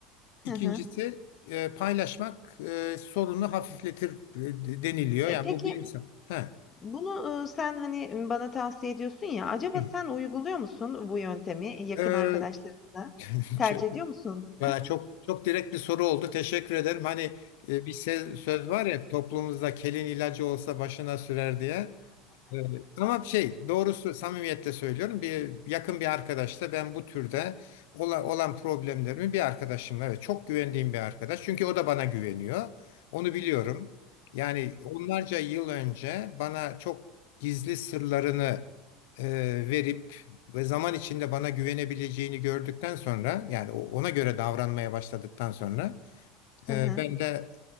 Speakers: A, on the left; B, on the left.
A: Hı
B: İkincisi
A: hı.
B: e, paylaşmak e, sorunu hafifletir e, deniliyor.
A: Eee,
B: Yani
A: peki
B: bu bilimsel. Ha.
A: Bunu, e, sen, hani, bana tavsiye ediyorsun ya, acaba
B: Hı.
A: sen uyguluyor musun bu yöntemi yakın
B: Ee,
A: arkadaşlarınla?
B: <laughs>
A: Tercih
B: çok,
A: ediyor musun?
B: valla çok çok direkt bir soru oldu. Teşekkür ederim. Hani e, bir se- söz var ya toplumumuzda kelin ilacı olsa başına sürer diye. Evet. Ama şey doğrusu samimiyetle söylüyorum bir yakın bir arkadaşla ben bu türde ola- olan problemlerimi bir arkadaşımla evet çok güvendiğim bir arkadaş çünkü o da bana güveniyor onu biliyorum yani onlarca yıl önce bana çok gizli sırlarını e, verip ve zaman içinde bana güvenebileceğini gördükten sonra yani o- ona göre davranmaya başladıktan sonra
A: <laughs>
B: ee, Ben de